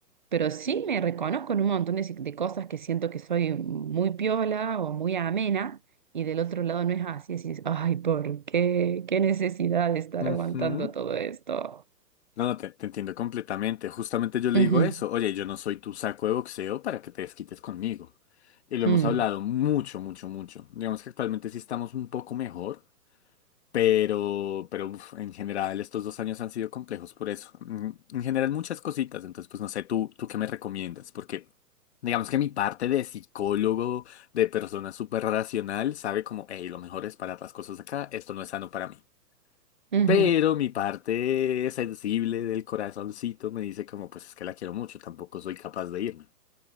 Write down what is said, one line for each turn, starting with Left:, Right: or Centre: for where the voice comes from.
Right: pero sí me reconozco en un montón de, si- de cosas que siento que soy muy piola o muy amena, y del otro lado no es así. Decís, ay, ¿por qué? ¿Qué necesidad de estar
Left: Ujú.
Right: aguantando todo esto?
Left: No, no, te, te entiendo completamente. Justamente yo le
Right: Ujú,
Left: digo eso. Oye, yo no soy tu saco de boxeo para que te desquites conmigo. Y lo hemos
Right: mm,
Left: hablado mucho, mucho, mucho. Digamos que actualmente sí estamos un poco mejor, pero, pero uf, en general estos dos años han sido complejos por eso. Mm, En general muchas cositas. Entonces, pues no sé, tú, tú qué me recomiendas, porque digamos que mi parte de psicólogo, de persona súper racional, sabe como, hey, lo mejor es parar las cosas acá, esto no es sano para mí.
Right: ujú,
Left: Pero mi parte sensible del corazoncito me dice como, pues es que la quiero mucho, tampoco soy capaz de irme.